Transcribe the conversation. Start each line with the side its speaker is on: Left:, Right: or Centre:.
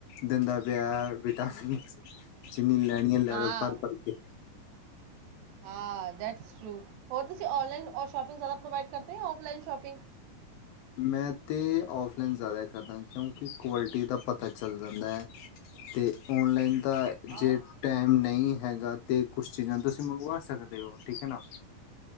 Left: ਦੰਦਾ ਪਿਆਹ ਵਿਟਾਮਿਨ ਚਿੰਨੀ ਲੈਣੀ ਆ ਲੈ
Right: ਹਾਂ
Left: ਲਓ ਭਰ ਭੜ ਕੇ
Right: ਹਾਂ ਦੈਟਸ ਟੂ ਹੋਰ ਤੁਸੀਂ ਔਨਈਨਔਰ ਸ਼ਾਪਿੰਗਾਰਦਾ ਪ੍ਰੋਵਾਈਡ ਕਰਦੇ ਹੈ ਔਫਲਾਈਨ ਸ਼ੋਪਿੰਗ
Left: ਮੈਂ ਤਾਂ ਔਫਲਾਈਨ ਜ਼ਿਆਦਾ ਕਰਦਾ ਕਿਉਂਕਿ ਕੁਆਲਿਟੀ ਦਾ ਪਤਾ ਚੱਲ ਜਾਂਦਾ ਹੈ ਅਤੇ ਔਨਲਾਈਨ ਤਾਂ ਜੇ
Right: ਆਜ
Left: ਟਾਈਮ ਨਹੀਂ ਹੈਗਾ ਤੇ ਕੁਛ ਚੀਜ਼ਾਂ ਤੁਸੀਂ ਮੰਗਵਾ ਸਕਦੇ ਹੋ ਠੀਕ ਹੈ ਨਾ